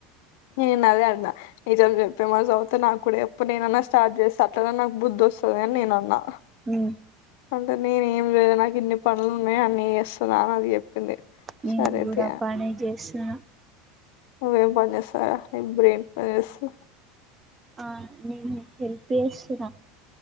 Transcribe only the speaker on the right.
మ్మ్
నేను
కూడా
పనే చేస్తున్నా
ఆ నేను నిక్ హెల్ప్ చేస్తున్న